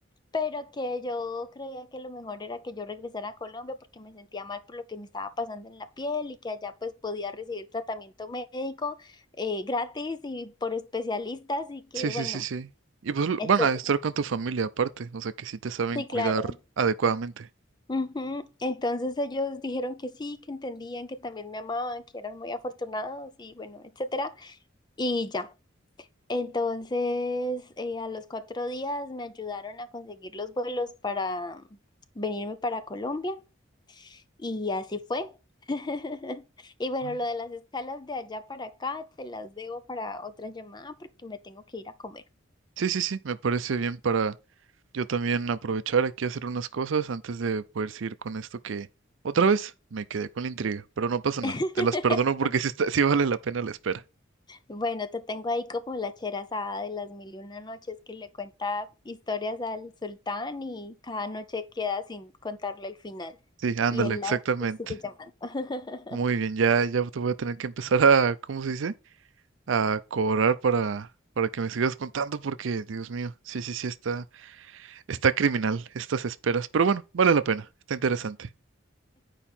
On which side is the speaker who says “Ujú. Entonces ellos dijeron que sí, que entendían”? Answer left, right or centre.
Left